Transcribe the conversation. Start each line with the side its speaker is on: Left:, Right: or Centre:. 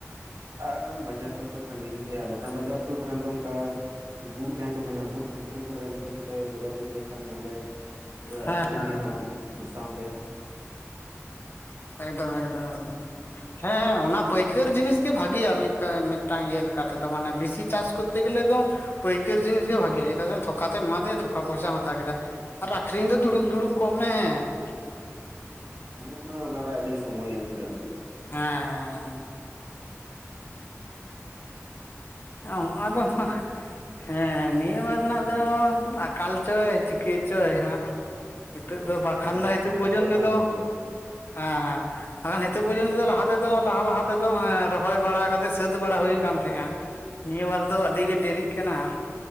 Right: ᱮ ᱵᱟᱡᱟᱨ ᱦᱚᱸᱛᱚ ᱥᱟᱺᱜᱤᱧ ᱜᱮᱭᱟ ᱵᱟᱠᱷᱟᱱ ᱵᱟᱡᱟᱨ ᱥᱩᱨ ᱠᱷᱟᱱ ᱫᱚ ᱚᱱᱠᱟ ᱜᱩᱲ ᱡᱟᱦᱟᱸ ᱠᱚ ᱢᱮᱱᱟ ᱜᱩᱲ ᱯᱷᱮᱠᱴᱨᱤ ᱠᱚᱨᱮ ᱩᱱᱠᱩ ᱥᱟᱛᱮ ᱡᱳᱜᱟᱡᱳᱜᱽ ᱞᱮᱠᱷᱟᱱ ᱚᱸᱰᱮ ᱯᱩᱨᱟᱹ
Left: ᱦᱮᱸ
Right: ᱟᱹᱠᱷᱨᱤᱧ
Left: ᱦᱮᱸ
Right: ᱜᱟᱱᱚᱜᱼᱟ ᱢᱤᱫ ᱥᱟᱶᱛᱮ᱾
Left: ᱮᱠᱫᱚᱢ ᱮᱠᱫᱚᱢ ᱮᱠᱫᱚᱢ ᱦᱮᱸ ᱚᱱᱟ ᱯᱟᱹᱭᱠᱟᱹᱨ ᱡᱤᱱᱤᱥ ᱜᱮ ᱵᱷᱟᱜᱮᱭᱟ ᱢᱤᱫ ᱢᱤᱫᱴᱟᱝ ᱤᱭᱟᱹ ᱞᱮᱠᱟᱛᱮᱫᱚ ᱢᱟᱱᱮ ᱵᱤᱥᱤ ᱪᱟᱥ ᱠᱚᱨᱛᱮ ᱜᱮᱞᱮ ᱫᱚ ᱯᱟᱹᱭᱠᱟᱹᱨ ᱡᱤᱱᱤᱥ ᱜᱮ ᱵᱷᱟᱜᱮᱭᱟ, ᱪᱮᱫᱟᱜ ᱥᱮ ᱛᱷᱚᱠᱟᱛᱮᱢ ᱮᱢᱟ ᱫᱮᱭᱟ ᱛᱷᱚᱠᱟ ᱯᱚᱭᱥᱟᱢ ᱦᱟᱛᱟᱣ ᱠᱮᱫᱟ ᱾ ᱟᱨ ᱟᱠᱷᱨᱤᱧ ᱫᱚ ᱫᱩᱲᱩᱵ ᱫᱩᱲᱩᱵ ᱠᱚᱜ ᱢᱮ ᱾
Right: ᱦᱮᱸ ᱚᱱᱟᱨᱮ ᱟᱹᱰᱤ ᱥᱚᱢᱳᱚᱭ ᱮᱢ ᱦᱩᱭᱩᱜᱼᱟ ᱾
Left: ᱦᱮᱸ ᱦᱮᱸᱻ ᱦᱸ ᱚᱝᱹ ᱟᱫᱚ ᱦᱮᱸ ᱱᱤᱭᱟᱹ ᱵᱟᱨ ᱨᱮᱱᱟᱜ ᱫᱚ ᱟᱠᱟᱞ ᱪᱚᱭ ᱪᱤᱠᱟᱹᱭ ᱪᱚᱭ ᱦᱟᱸᱜ ᱾ ᱱᱤᱛᱚᱜ ᱫᱚ ᱵᱟᱠᱷᱟᱱ
Right: ᱮᱠᱟᱞ ᱪᱮ
Left: ᱫᱚ ᱱᱤᱛᱚᱜ
Right: ᱥᱟᱶᱟᱭ
Left: ᱯᱚᱨᱡᱚᱱᱛᱮ
Right: ᱪᱮ ᱵᱟᱝ
Left: ᱫᱚ,
Right: ᱵᱩᱡᱷᱟᱹᱣᱚᱜ ᱠᱟᱱᱟ
Left: ᱦᱮᱸ ᱦᱮᱸᱟᱱ ᱱᱤᱛᱚᱜ ᱯᱚᱨᱡᱚᱱᱛᱚ ᱞᱟᱦᱟ ᱛᱮᱫᱚ ᱞᱟᱦᱟ ᱞᱟᱦᱟ ᱛᱮᱫᱚ ᱮᱸ ᱨᱚᱦᱚᱭ ᱵᱟᱲᱟ ᱠᱟᱛ ᱛᱮ ᱥᱟᱹᱛ ᱵᱟᱲᱟ ᱦᱩᱭ ᱟᱠᱟᱱ ᱛᱟᱦᱮᱸᱜᱼᱟ, ᱱᱤᱭᱟᱹ ᱵᱟᱨ ᱫᱚ ᱟᱹᱰᱤ ᱜᱮ ᱰᱮᱨᱤᱜ ᱠᱟᱱᱟ ᱾